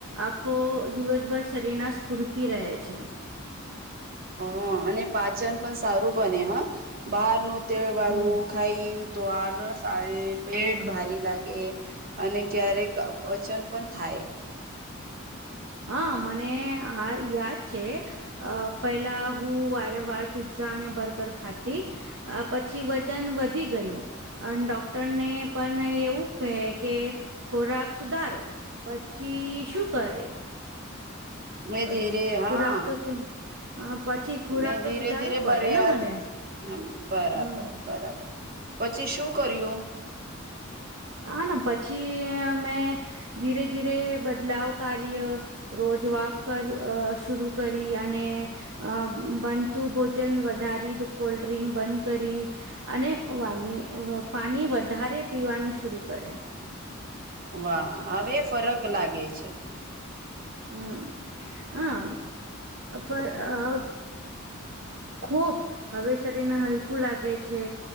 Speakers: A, on the right; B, on the right.
A: આખો દિવસભર શરીણા સ્ફુર્તિ રહે છે
B: હા અને પાચન પણ સારું બને હા બહાર નું તેળ વાળું
A: હમ
B: ખઈને તો આલસ આવે પેટ ભારી લાગે અને ક્યારેક વચન પણ થાય
A: હા મને આ યાદ છે અ પેલા હું વારં વાર પીઝા અને બર્ગર ખાતી આ પછી વજન વધી ગયું. અને ડોક્ટરને પણ એવું કહે કે ખોરાક સુધારો પછી.. શું કરે
B: મેં
A: પ-
B: ધીરે હા
A: ખોરાક તો શું અ, પછી ખોરાક
B: મે ધીરે
A: તો સુધારવું
B: ધીરે
A: પડે
B: ભરિયાદ
A: ને મને
B: બરાબર
A: હમ
B: બરાબર પછી શું કર્યું
A: હા ના પછી મે ધીરે ધીરે બદલાવ કાર્ય રોજ વોક કર શરુ કરી અને અ બનતું ભોજન વધારી કોલ્ડ્રિંક બંધ કરી અને વાની પાણી વધારે પીવાનું શરૂુ કરે
B: વાહ હવે ફરક લાગે છે
A: હમ હ આ ખૂબ હવે શરીર ને હલકું લાગે છે